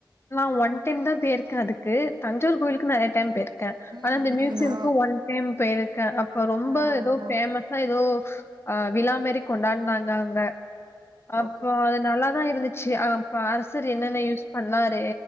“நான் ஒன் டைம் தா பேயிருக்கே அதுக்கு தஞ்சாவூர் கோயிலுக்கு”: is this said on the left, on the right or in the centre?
Left